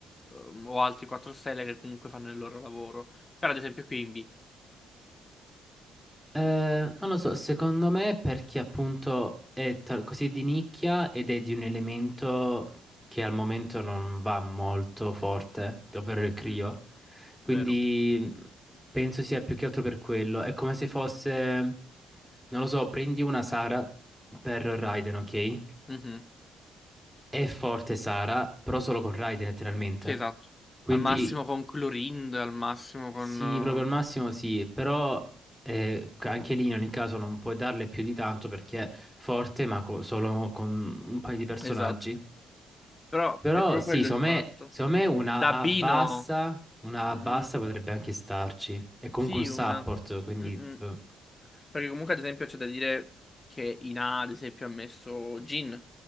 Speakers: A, on the left; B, in the centre.
A: ehm, o altri 4 stelle che comunque fanno il loro lavoro. Però ad esempio qui in B,
B: Eh, non lo so, secondo me è perché appunto è tal- così di nicchia ed è di un elemento che al momento non va molto forte, ovvero il Crio.
A: mm,
B: Quindi
A: vero.
B: mh, penso sia più che altro per quello. È come se fosse, non lo so, prendi una Sara per Raiden, ok?
A: Mhm.
B: È forte Sara, però solo con Raiden letteralmente.
A: Sì, esatto.
B: Quindi
A: Al massimo con Clorind, al massimo con...
B: Sì, proprio al massimo sì, però eh, anche lì in ogni caso non puoi darle più di tanto perché è forte, ma co- solo con un paio di personaggi.
A: eh, Esatto. Però
B: Però
A: è proprio
B: sì,
A: quello
B: secondo
A: il fatto.
B: me, secondo me una
A: Dabino.
B: A bassa, una A
A: mm,
B: bassa potrebbe anche starci. È comunque
A: Sì,
B: un support,
A: una...
B: quindi...
A: mm,
B: boh.
A: Perché comunque, ad esempio, c'è da dire che Ina, ad esempio, ha messo Gin.